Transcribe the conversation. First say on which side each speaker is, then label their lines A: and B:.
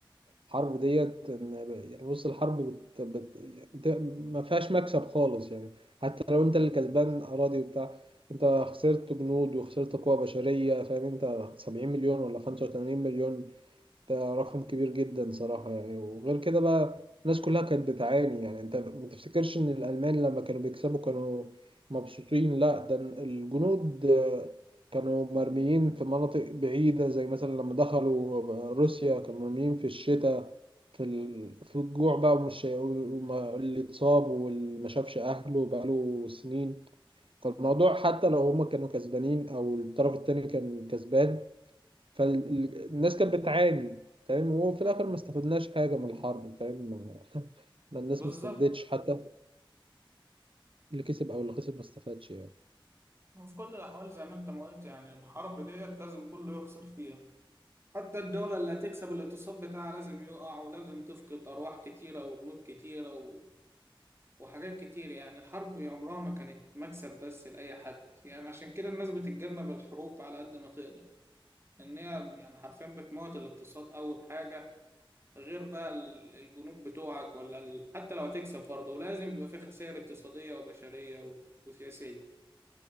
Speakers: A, on the right; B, on the right.
A: الحرب ديت ان يعني بص الحرب بت بت بت ما فيهاش مكسب خالص يعني حتى لو انت اللي كسبان اراضي وبتاع انت خسرت جنود وخسرت قوة بشرية فاهم انت 70 مليون ولا 85 مليون ده رقم كبير جدا صراحة يعني وغير كده بقى الناس كلها كانت بتعاني يعني انت ما تفتكرش ان الألمان لما كانوا بيكسبوا كانوا مبسوطين لا ده الجنود آه، كانوا مرميين في مناطق بعيدة زي مثلا لما دخلوا روسيا كانوا مرميين في الشتاء في ال... في الجوع بقى ومش وما- اللي اتصاب واللي ما شافش أهله بقاله سنين فالموضوع حتى لو هما كانوا كسبانين أو الطرف التاني كان كسبان فالناس كانت بتعاني فاهم وفي
B: بالظبط
A: الاخر ما استفدناش حاجه من الحرب فاهم ما ما الناس
B: بالظبط.
A: ما استفادتش حتى اللي كسب او اللي خسر ما استفادش يعني
B: وفي كل الأحوال زي ما أنت ما قلت يعني الحرب ديت لازم كله يخسر فيها حتى الدولة اللي هتكسب الاقتصاد بتاعها لازم يقع ولازم تفقد أرواح كتيرة وبنود كتيرة و... وحاجات كتير يعني الحرب عمرها ما كانت مكسب بس لأي حد يعني عشان كده الناس بتتجنب الحروب على قد ما تقدر لأن هي يعني حرفيا بتموت الاقتصاد أول حاجة غير بقى ال- الجنود بتوعك ولا ال... حتى لو هتكسب برضه ولازم يبقى في خسائر اقتصادية وبشرية و... وسياسية